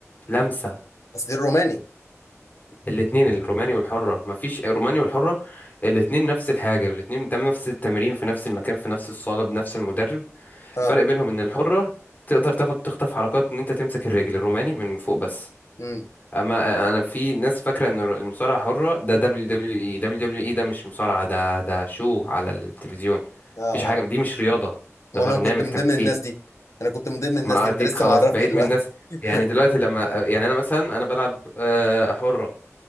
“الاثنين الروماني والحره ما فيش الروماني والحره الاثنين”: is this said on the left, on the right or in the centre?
Left